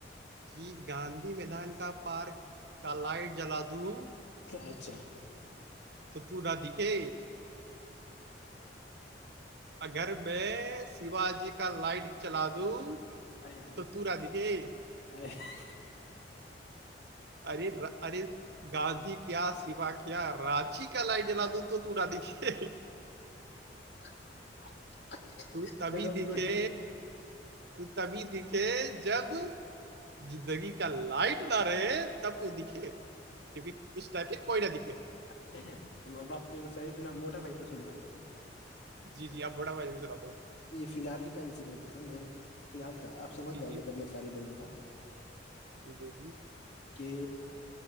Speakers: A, on the right (about 65°); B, on the left (about 65°).
A: کہ گاندھی میدان کا پارک کا لائٹ جلا دوں
B: اچھا
A: تو پورا دکھے اگر میں شیوا جی کا لائٹ بھی چلا دوں
B: <unintelligible>
A: تو تو نہ دکھے اری ار گاندھی کیا سیوا کیا راچی کا لائ جلا د تو تورا دیککھے
B: <unintelligible>
A: تو تبھی
B: دیٹ واز
A: دکھے
B: گڈ
A: تو تبھی دکھے جب زندگی کا لائٹ نہ رہے تب تو دکھے کیونکہ اس ٹائپ پر کوئی ن دکھے
B: اچ اب آپ کو شاعری سنا موٹا بھائی پر سنا رہا ہوں
A: جی جی آپ بڑا بھائی پی سنا دو
B: یہ فی الحال ہی کا انسیڈنٹ ہے سمجھیں فی الحال کا ہے آپ سمجھ
A: جی
B: جاؤگے
A: جی
B: جب میں شاعری بولوں گا
A: جی جی
B: کہ